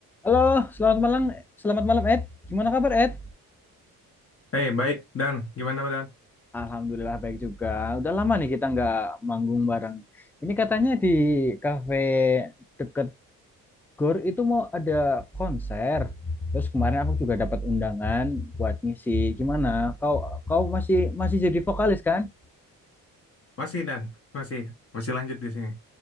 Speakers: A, in the centre; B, on the left.
A: Halo, selamat malam, selamat malam Ed. Gimana kabar Ed?
B: Hei, baik, Dan. Gimana, Dan?
A: Alhamdulillah baik juga. Udah lama nih kita nggak manggung bareng. Ini katanya di kafe deket Gor itu mau ada konser. Terus kemarin aku juga dapat undangan buat ngisi. Gimana? Kau kau masih masih jadi vokalis kan?
B: Masih, Dan. Masih. Masih lanjut di sini.